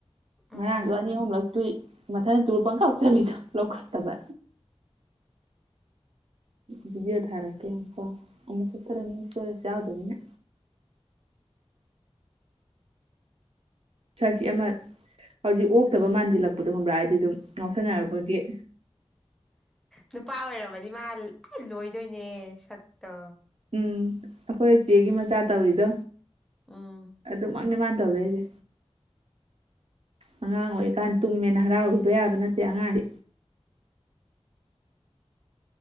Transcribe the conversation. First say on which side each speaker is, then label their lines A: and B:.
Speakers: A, in the centre; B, on the right.
A: ꯎꯝ
B: ꯉꯔꯥꯡꯗꯨ ꯑꯅꯤ ꯑꯍꯨꯝꯂꯛ ꯇꯨꯏ ꯃꯊꯟꯗ ꯇꯨꯔꯒ ꯄꯪꯀꯞꯆꯥꯕꯤꯗꯣ ꯂꯧꯈꯠꯇꯕ ꯕꯤꯕꯤꯑꯣ ꯊꯥꯔꯛꯀꯦ ꯀꯣ <inaudible> <inaudible> ꯌꯥꯎꯗꯅꯤꯅ ꯁꯛꯁꯤ ꯑꯃ ꯍꯧꯖꯤꯛ ꯑꯣꯛꯇꯕ ꯃꯥꯟꯖꯤꯜꯂꯛꯄꯗꯣ ꯈꯪꯕ꯭ꯔꯥ ꯍꯥꯏꯗꯤ ꯑꯗꯨꯝ ꯉꯥꯎꯁꯟꯅꯔꯛꯄꯒꯤ
A: ꯅꯨꯄꯥ ꯑꯣꯏꯔꯝꯃꯗꯤ ꯃꯥ ꯂꯣꯏꯗꯣꯏꯅꯦ ꯁꯛꯇꯣ
B: ꯎꯝ ꯑꯩꯈꯣꯏ ꯏꯆꯦꯒꯤ ꯃꯆꯥ ꯇꯧꯔꯤꯗꯣ
A: ꯎꯝ
B: ꯑꯗꯨꯃꯛꯅꯦ ꯃꯥꯅ ꯇꯧꯗꯣꯢ ꯁꯦ ꯑꯉꯥꯡ ꯑꯣꯏꯔꯤꯀꯥꯟ ꯇꯨꯝꯃꯦꯅ ꯍꯔꯥꯎꯔꯨꯕ ꯌꯥꯕ ꯅꯠꯇꯦ ꯑꯉꯥꯡꯗꯤ